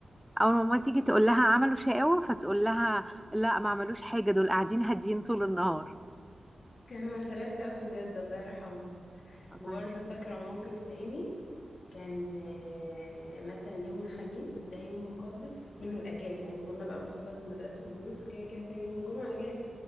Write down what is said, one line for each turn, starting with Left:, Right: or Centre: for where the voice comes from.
Centre: اول ما ماما تيجي تقول لها عملوا شقاوة فتقول لها لا ما عملوش حاجة دول قاعدين هاديين طول النهار
Left: كانوا عزلات قوي بجد الله يرحمه
Centre: الله
Left: وبرضه
Centre: يرحمها.
Left: فاكرة موقف تاني كان آه، مثلا يوم الخميس ده يوم مقدس منه الأجازة يعني كنا بقى بنخلص المدرسة والدروس وكده كده تاني يوم الجمعة أجازة